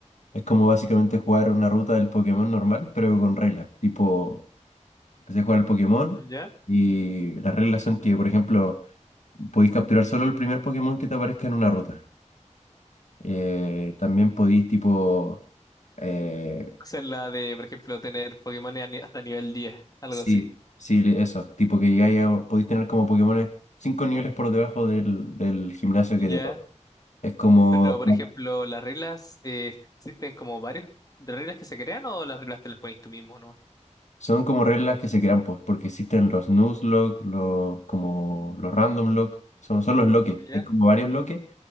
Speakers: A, on the left; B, on the left.
A: Es como básicamente jugar una ruta del Pokémon normal, pero con reglas. Tipo, empecé a jugar al Pokémon
B: ya.
A: y las reglas son que, por ejemplo, podéis capturar solo el primer Pokémon que te aparezca en una ruta. Eh, también podís tipo, eh,
B: Hacer la de, por ejemplo, tener Pokémon a ni- hasta nivel 10, algo
A: sí,
B: así.
A: sí, le- eso, tipo que llegáis a- podís tener como Pokémones cinco niveles por debajo del, del gimnasio
B: Ya.
A: que te toca. Es como,
B: Pero, por ejemplo, las reglas, eh, existen como varios de reglas que se crean o las reglas te las pones tú mismo nomás.
A: son como reglas que se crean pues, porque existen los Nuzlocke, los, como los Random Lock, son, son los loques,
B: Ya.
A: hay como varios loques